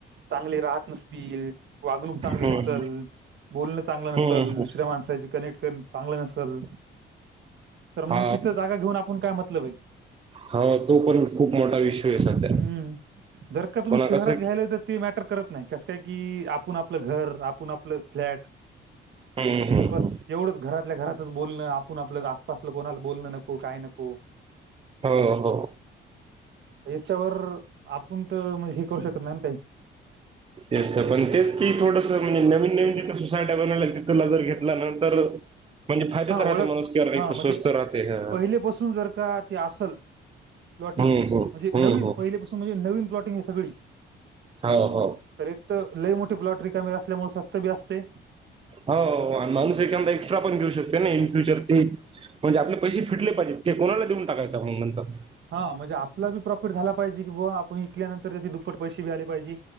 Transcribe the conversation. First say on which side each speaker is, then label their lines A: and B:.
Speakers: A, on the right; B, on the right.
A: चांगली राहत नस. ती वागणूक चांगली
B: हम्म
A: नसंल, बोलणं चांगलं नसंल,
B: हम्म
A: दुसऱ्या माणसाशी कनेक्ट कर. चांगलं नसेल. तर
B: हा
A: मग तिथं जागा घेऊन आपण काय मतलब आहे.
B: ह तो पण खूप मोठा विषय आहे सध्या
A: हम्म जर का
B: पुन्हा कस?
A: <unintelligible> ते मॅटर करत नाही कस काय की आपण आपलं घर आपण आपलं फ्लॅट.
B: हम्म हम.
A: बस एवढंच घरातल्या घरातच बोलणं आपण आपलं आसपासलं कोणाला बोलणं नको काय नको.
B: हो हो.
A: याच्यावर आपूण तर मं हे करू शकत नाही ना काही.
B: तेचतं पण तेच की थोडसं म्हणजे नवीन नवीन जिथं सोसायटी बनवल्या तिथला जर घेतला ना तर म्हणजे फायद्यात
A: हा ओळख
B: राहते माणूस की अरे
A: हा म्हणजे
B: स्वस्त राहते ह हम्म
A: पहिलेपासून जर का ते असल. प्लॉटिंग
B: हम्म
A: म्हणजे नवीन
B: हम्म हम्म
A: पहिले पासून म्हणजे नवीन प्लॉटिंग आहे सगळी.
B: हो हो.
A: एकतं लई मोठठी प्लॉट रिकामी असल्यामुळे स्वस्त बी असतंय.
B: हो आणि माणूस एखांदा एक्स्ट्रा पण घेऊ शकते ना इन फ्युचर ते म्हणजे आपले पैसे फिटले पाहिजेत. ते कोणाला देऊन टाकायचा म्हणून म्हणतात.
A: हा म्हणजे आपला बी प्रॉफिट झाला पाहिजे किंवा आपण विकल्यानंतर त्याचे दुप्पट पैसे बी आले पाहिजे.